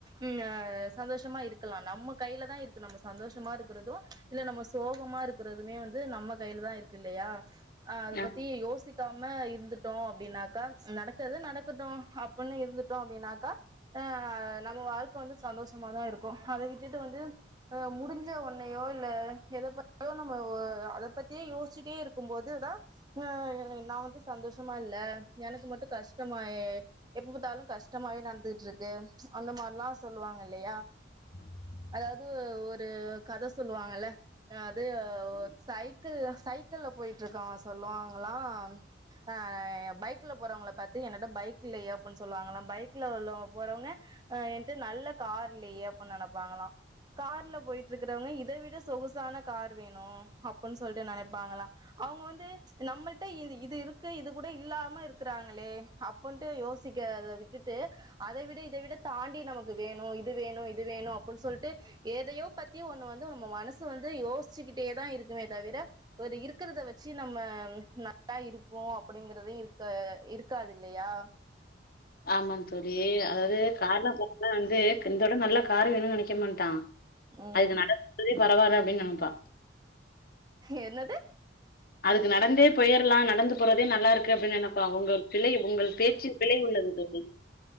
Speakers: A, on the right; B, on the left.
A: ம் சந்தோஷமா இருக்கலா நம்ம கையில தா இருக்கு நம்ம சந்தோஷமா இருக்கிறது இல்ல நம்ம சோகமா இருக்கறதுமே வந்து நம்ம கையில தா இருக்கு இல்லையா ஆ அத
B: ஆமா
A: பத்தி யோசி க்காம இருந்துட்டோ அப்படின்னாக்கா நடக்குது நடக்கட்டு அப்படின்னு இருந்துட்டோ அப்படின்னாக்கா ஆ நம்ம வாழ்க்க வந்து சந்தோஷமாதா இருக்கோ அத விட்டுட்டு வந்து முடிஞ்ச ஓன்னையோ இல்ல எத பத்தோ நம்ம அத பத்தி யோசச்சிட்டே இருக்கும்போது தா ஆ நா வந்து சந்தோஷமா இல்ல எனக்கு மட்டு கஷ்டமாய் எப்ப பார்த்தாலு கஷ்டமாவே நடந்துகிட்டு இருக்கு அந்த மாதிரில்லா சொல்லுவாங்க இல்லையா
B: <inaudible>
A: அதாவது ஒரு கத சொல்லுவாங்கல அது சைக் கள் சைக்கிள் போயிட்டு இருக்கவா சொல்லுவாங்களா ஆ பைக்ல போறவங்கள பாத்து என்னட பைக் இல்லையே அப்படின்னு சொல்லுவாங்களா பைக்ல உள்ளவங்க போறவங்க அ என்ட நல்ல கார் இல்லையே அப்படின்னு நினைப்பாங்களா கார்ல போயிட்டு இருக்கறவங்க இத விட சொகுசான கார் வேணு அப்புட்னு சொல்லிட்டு நினைப்பாங்களா அவங்க வந்து நம்மள்ட இது இது இருக்கு இது கூட இல்லாம இருக்கறாங்களே அப்பின்ட்டு யோசிக்கிறத விட்டுட்டு அத விட இத விட தாண்டி நமக்கு வேணு இது வேணு இது வேணு அப்படின்னு சொல்லிட்டு எதையோ பத்தி ஒண்ணு வந்து நம்ம மனசு வந்து யோசிச்சுக்கிட்டே தா இருக்குமே தவிர ஒரு இருக்கிறத வச்சு நம்ம நல்லா இருப்போ அப்படிங்கறத இருக்க இருக்காது இல்லையா
B: ஆமாங்க தோழி அதாவது கார்ல வந்து இந்தோட நல்ல கார் வேணும்னு நினைக்க மாட்டா
A: உம்
B: அதுக்கு நடந்து பரவல்ல அப்படின்னு நினைப்பா
A: என்னது
B: அதுக்கு நடந்தே போயிடலா நடந்து போறதே நல்லா இருக்கு அப்படின்னு நினைப் ப்பா உங்க பிழை உங்கள் பேசில் பிழை உள்ளது தோழி